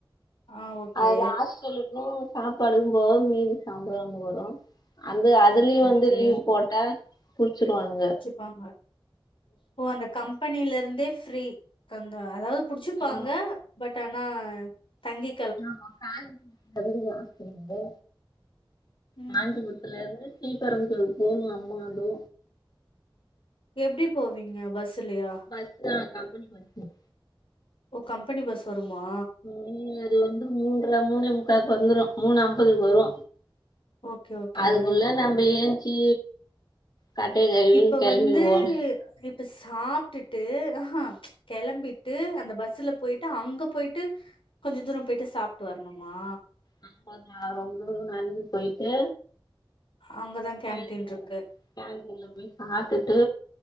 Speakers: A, on the left; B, on the left.
A: ஆ ஓகே
B: அதுல ஹாஸ்டலுக்கு சாப்பாடுக்கு போக மீதி சம்பளோ வரு அந்த அதுலயு
A: ஓகே
B: வந்து
A: ஓகே
B: லீவ் போட்டா புடிச்சிடுவானுங்க
A: வாங்க ஓ அந்த கம்பெனில இருந்தே ஃபிரி தந்துருவாங்க அதாது புடிச்சிப்பாங்க
B: ஆமா
A: பட் ஆனா தங்கை
B: ஆமா காஞ் அந்த பில்டிங்கிலேயே ஹாஸ்டலுக்கு இருக்குது
A: ம்
B: காஞ்சிபுர அதுல இருந்து ஸ்ரீ பெருமந்தூர் போணு அம்மாதூரோ
A: எப்டி போவீங்க பஸ்லையா
B: பஸ் தா கம்பெனி பஸ்சு
A: ஓ கம்பெனி பஸ் வருமா
B: ம் அது வந்து மூன்ற மூணே முக்காவுக்கு வந்துரு மூணு ஐம்பதுக்கு வரு
A: ஓகே ஓகே
B: அதுக்குள்ள நம்ம ஏஞ்சி கட்டைய கழுவின்னு
A: இப்ப
B: கெளம்பி
A: வந்து
B: ஓடனு
A: இப் சாப்டுட்டு ஆ ஹா கெளம்பிட்டு அந்த பஸ்ல போயிட்டு அங்க போயிட்டு கொஞ்ச தூர போயிட்டு சாப்டு வரணுமா
B: ஆமா நா ரொம்ப தூரோ நடந்து போயிட்டு
A: அங்கதா கேன்டீன்
B: சாப்டுவே
A: இருக்கு
B: கேண்டின்ல போயி சாப்டுட்டு